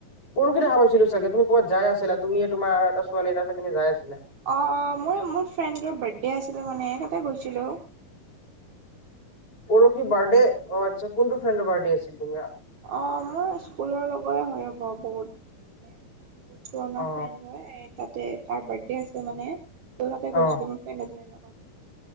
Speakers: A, on the left; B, on the right.
A: পৰখি দেখা পাইছিলো চাগে তুমি ক'বাত যাই আছিলা তুমিয়ে তোমাৰ আৰু এটা ছোৱালী আছিল তুমি যায় আছিলা
B: অ অ মই মোৰ ফ্ৰেণ্ডৰ বাৰ্থডে আছিলে মানে ততে গৈছিলো
A: পৰখি বাৰ্থডে অ আচা কোনটো ফ্ৰেণ্ডৰ বাৰ্থডে আছিল তোমাৰ
B: অ মোৰ স্কুলৰ লগৰে হৈ ৰ'ব বহুত ওঠৰণ
A: অ
B: ফ্ৰেণ্ড হয় তাতে তাৰ বাৰ্থডে আছিল মানে ত তাতে গৈছিলো
A: অ
B: মোৰ ফ্ৰেণ্ড এজনীৰ লগত।